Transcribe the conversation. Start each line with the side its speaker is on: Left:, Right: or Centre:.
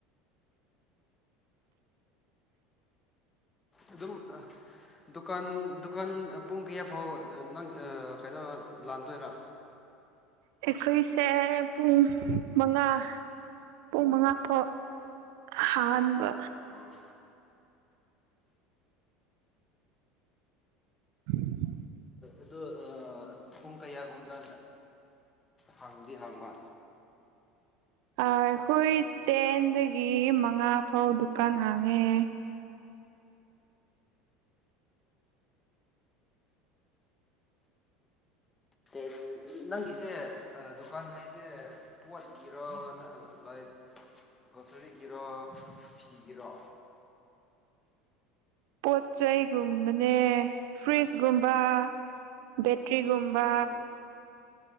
Left: <inaudible> ꯑꯗꯨꯝ ꯑ ꯗꯨꯀꯥꯟ ꯗꯨꯀꯥꯟ ꯄꯨꯡ ꯀꯌꯥ ꯐꯥꯎ ꯅꯪ ꯀꯩꯅꯣ ꯂꯥꯟꯗꯣꯏꯔꯥ
Right: ꯑꯩꯈꯣꯏꯁꯦ ꯄꯨꯡ ꯃꯉꯥ ꯄꯨꯡ ꯃꯉꯥ ꯐꯥꯎ ꯍꯍꯟꯕ
Left: ꯑꯥ
Right: ꯎ
Left: ꯑꯗꯨ ꯏ ꯑ ꯄꯨꯡ ꯀꯌꯥꯒꯨꯝꯗ ꯍꯥꯡꯗꯤ ꯍꯥꯡꯕ
Right: ꯑꯩꯈꯣꯏ
Left: ꯗꯨꯀꯥꯟ
Right: ꯇꯦꯟꯗꯒꯤ ꯃꯉꯥ ꯐꯥꯎ ꯗꯨꯀꯥꯟ ꯍꯥꯡꯉꯦ
Left: ꯇꯜ ꯅꯪꯒꯤꯁꯦ ꯗꯨꯀꯥꯟ ꯍꯥꯏꯁꯦ ꯄꯣꯠꯒꯤꯔ ꯂꯥꯏꯛ ꯒꯣꯁꯔꯤꯒꯤꯔꯣ ꯐꯤꯒꯤꯔꯣ
Right: ꯄꯣꯠ ꯆꯩꯩꯒꯨꯝꯕꯅꯦ ꯐ꯭ꯔꯤꯖꯀꯨꯝꯕ ꯕꯦꯇ꯭ꯔꯤꯒꯨꯝꯕ
Left: ꯑꯣ